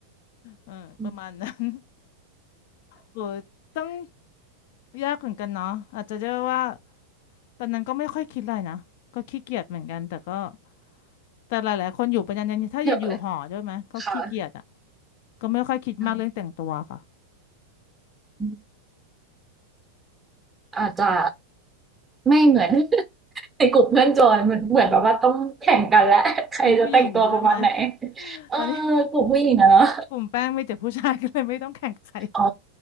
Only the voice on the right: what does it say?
อืม
เดี๋ยวค่ะ
อืมอาจจะไม่เหมือน <laughs> ในกลุ่มเพื่อนจอยเหมือนเหมือนแบบว่าต้องแข่งกันและ <laughs> ใครจะแต่งตัวประมาณไหน
เออ
กลุ่มผู้หญิงอะเนาะ
อ๋อ